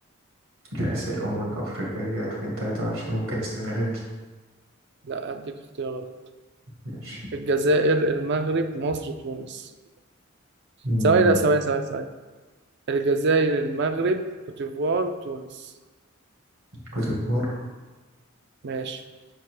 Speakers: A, on the right; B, on the right.
A: كأس الأمم الأفريقية 2023 ممكن السنغال
B: لا اديك اختيارات
A: ماشي
B: الجزائر المغرب مصر تونس
A: مم،
B: ثواني لا ثواني ثواني ثواني الجزائر المغرب كوت ديفوار تونس
A: كوت ديفوار
B: ماشي